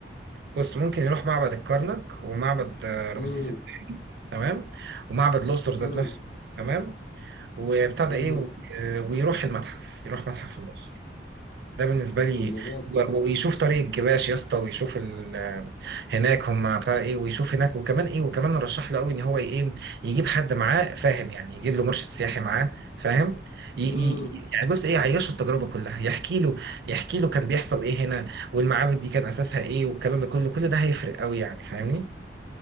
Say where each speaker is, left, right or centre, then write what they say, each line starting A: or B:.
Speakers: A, on the right; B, on the left.
A: بص ممكن يروح معبد الكرنك ومعبد آه، رمسيس
B: بالظبط
A: الثاني تمام ومعبد الأقصر ذات
B: امم امم
A: نفسه تمام وبتاع ده
B: امم
A: إيه و- آه، ويروح المتحف يروح متحف الأقصر ده بالنسبه لي
B: طب ما
A: و- ويشوف طريق الجباش يا اسطى ويشوف ال... هناك هم بتاع ايه ويشوف هناك وكمان ايه وكمان رشح له قوي ان هو ايه يجيب حد معاه فاهم يعني يجيب له مرشد سياحي معاه فاهم ي... ي...
B: جامد
A: يعني بص ايه يعيشه التجربه كلها يحكي له يحكي له كان بيحصل ايه هنا والمعابد دي كان اساسها ايه والكلام ده كله كل ده هيفرق قوي يعني فاهمني